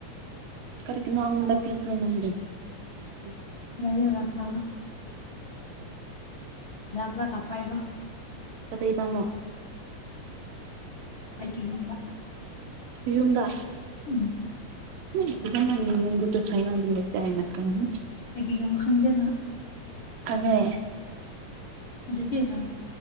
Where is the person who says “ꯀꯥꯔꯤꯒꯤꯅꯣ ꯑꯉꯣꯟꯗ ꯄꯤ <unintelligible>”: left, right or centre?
Right